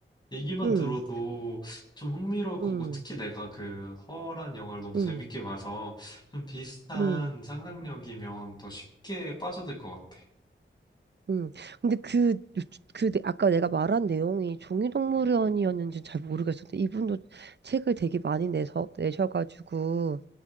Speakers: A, on the left (about 20°); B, on the right (about 55°).
A: 얘기만
B: 응,
A: 들어도 좀 흥미로울 거고,
B: 응,
A: 특히 내가 그 허란 영화를 너무
B: 응,
A: 재밌게 봐서 좀 비슷한
B: 응.
A: 상상력이면 더 쉽게 빠져들 것 같아.
B: 음. 근데 그, 그, 내- 아까 내가 말한 내용이 종이동물원이었는지 잘 모르겠었는데, 이분도 책을 되게 많이 내서, 내셔가지고,